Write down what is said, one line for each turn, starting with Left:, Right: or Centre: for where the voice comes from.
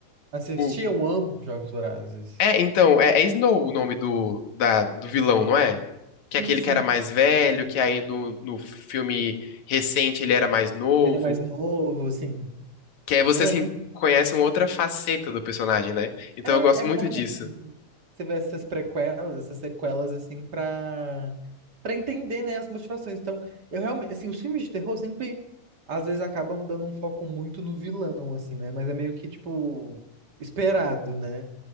Right: Assisti,
Left: o.
Right: eu amo Jogos Vorazes.
Left: É, então, é, é Snow o nome do, da- do vilão,
Right: Sim,
Left: não é? Que é
Right: sim,
Left: aquele
Right: sim.
Left: que era mais velho, que aí no, no filme recente ele era mais novo.
Right: Ele é mais novo, assim.
Left: Que aí você,
Right: Eu lembro.
Left: assim, conhece uma outra faceta do personagem, né? Então
Right: É,
Left: eu gosto
Right: é
Left: muito
Right: bom,
Left: disso.
Right: assim, você ver essas prequelas, essas sequelas, assim, pra, pra entender, né, as motivações. Então, eu realmente, assim, os filmes de terror sempre, às vezes, acabam dando um foco muito no vilão, assim, né? Mas é meio que, tipo, esperado, né?